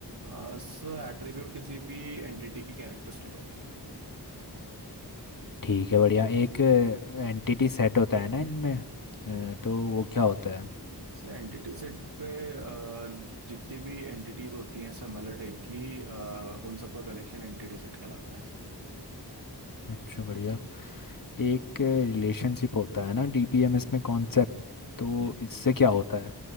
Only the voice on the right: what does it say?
हैं सर एट्रीब्यूट किसी भी एंटिटी की कैरेक्टरिस्टिक होती है
जी
सर एंटिटी सेट पे अ, जितनी भी एंटिटीज होती हैं सिमिलर टाइप की अ, उन सबका कलेक्शन एंटिटी सेट कहलाता है
जी